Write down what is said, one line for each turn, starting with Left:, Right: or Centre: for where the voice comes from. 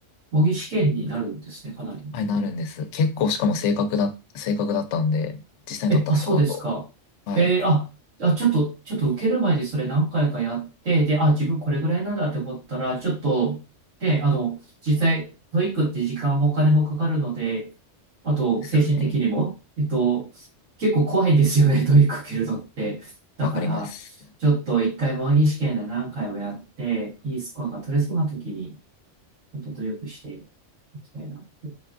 Right: 模擬試験になるんですね、かなり。
Left: はい、なるんです。結構しかも正確だ、正確だったんで、実際に取ったスコアと。
Right: え、あ、そうですか。
Left: はい。
Right: えーあ、あ、ちょっと、ちょっと受ける前にそれ何回かやって、で、あ、自分これぐらいなんだって思ったら、ちょっと、で、あの、実際、トイックって時間もお金もかかるので、あと、
Left: ですよね。
Right: 精神的にも、えっと、結構怖いんですよね、<laughs> 問いかけるのって。だから、
Left: わかります。
Right: ちょっと一回模擬試験で何回もやって、いいスコアが取れそうな時に、ちょっと努力していきたいなって。